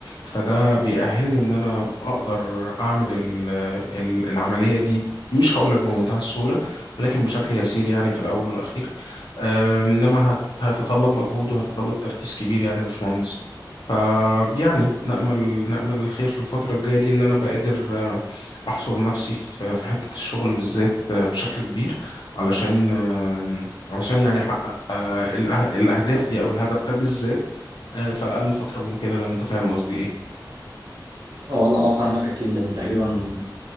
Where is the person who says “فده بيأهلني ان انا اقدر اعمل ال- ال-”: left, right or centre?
Left